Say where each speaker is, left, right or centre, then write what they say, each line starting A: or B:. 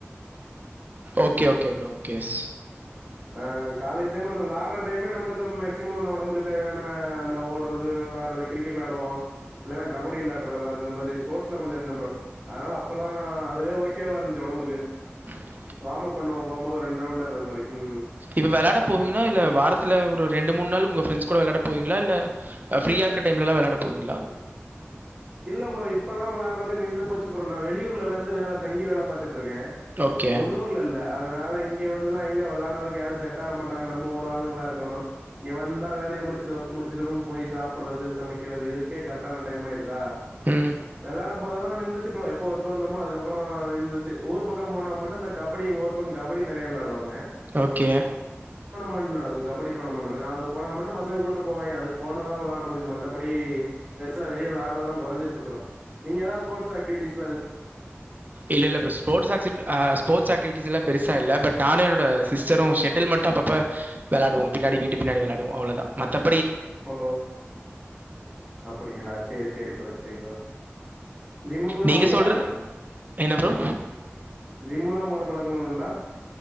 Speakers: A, on the right; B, on the right.
A: okay okay bro okay yes
B: ஆ காலேஜ் டைம் அந்த விளையாற டைமே நம்மளுக்கு மேக்சிமம் அந்த ஒடம்புக்கு தேவையான அந்த ஓடறது விளையாற ட்றது கிரிக்கெட் வெளாடுவோ இல்லனா கபடி விளையாடறது அந்த மாதிரி ஸ்போர்ட்ஸ்ல கொஞ்ச இந்த ப்ரோ அதனால அப்பலா அதுவே ஓகே வா இருஞ்சு ஒடம்பு ஒடம்புக்கு
A: உம்
B: வாம்அப் பண்ணுவோ போம்போது ரெண் ரவுண்டு அந்த மாரி ம்
A: இப்ப வெளாட போவீங்ளா இல்ல வாரத்துல ஒரு ரெண்டு மூணு நாளு உங்க ஃப்ரண்ஸ் கூட வெளாட போவீங்ளா இல்ல ஃப்ரியா இருக்க டைம்ல வெளாட போவீங்ளா
B: இல்ல ப்ரோ இப்பலா வெளாறதே நின்னு போச்சு ப்ரோ நா வெளியூர்ல வெந்து வேல தங்கி வேல பாத்துட்டு ட்ருக்க
A: ஓகே
B: உள்ளூர்ல இல்ல அத னால இங்க வந்துலா எங்க வெளாடறக்கு யாரும் செட்டாக மாட்டாங்க நம்ம ஒரு ஆளுங்களாருக்கணு இங்க வந்தா வேலைய மு ச்சுது ஒர்க் முடிச்சது ரூம் போய் சாப்பறது சமைக்கிறது இதுக்கே கரட்டான டைம் ஆய் தா
A: ம்
B: வெளாட போறதல்லா நின்றுச்சு ப்ரோ எப்ப ஒர்க வந்தமோ அதுக்கப்பற நின்றுச்சு ஊர் பக்கம் போனா மட்டு இந்த கபடி எங்க ஊர் பக்க கபடி டி நெறைய விளாடுவாங்க
A: ஓகே
B: மன் நடக்கும் கபடி டோர்னமண் நடக்கு அது போனா மட்டு பசங்க கூட்டு போவாய்ங்க அதுக் போனாதா வெளாடறதுக்கு மத்தபடி பெருசா வெளிய விளாட்றதலா குறைஞ்ச்சுருசு ப்ரோ நீங்கெதாவது ஸ்போர்ட்ஸ் ஆக்டிவிட்டீஸ்
A: இல்ல இல்ல ப்ரோ ஸ்போர்ட்ஸ் ஆக்சிஸ் அ ஸ்போட்ஸ் ஆக்டிவிடிஸ்லா பெருசா இல்ல பட் நானு என்னோட சிஸ்டரு ஷட்டில் மட்டு அப்பப்ப வெளாடுவோ பின்னாடி வீட்டு பின்னாடி வெளாடுவோ அவ்ளோ தா மத்த
B: ஓ அப்டிங்களா செரி செரி ப்ரோ செரி ப்ரோ ஜிம்முக்குல்லா
A: நீங்க
B: போவீங்களா
A: சொல்றது என்ன ப்ரோ?
B: ஜிம்ல்லா போற பழக்கங்கள் உண்டா